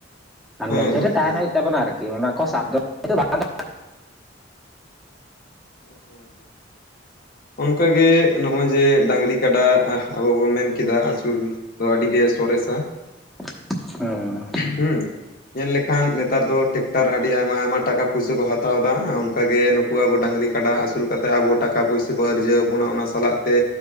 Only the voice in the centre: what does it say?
ᱛᱟᱨ
ᱢᱚᱫᱽᱫᱷᱮᱨᱮ
ᱛᱟᱦᱮᱱ ᱦᱩᱭᱩᱜ ᱛᱟᱵᱚᱱᱟ ᱟᱨᱠᱤ ᱚᱱᱟ ᱠᱚ ᱥᱟᱵ ᱫᱚ ᱵᱟᱝ
ᱦᱮᱸ